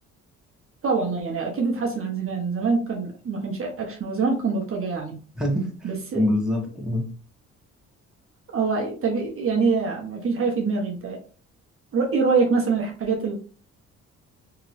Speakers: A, on the right (about 45°); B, in the centre.
A: طبعا يعني أكيد اتحسن عن زمان زمان كان ما كانش أكشن هو زمان كان بلطجة يعني
B: <laughs>
A: بس
B: بالظبط آه.
A: هو طب يعني ما فيش حاجة في دماغي أنت إيه رأيك مثلا الحاجات اللي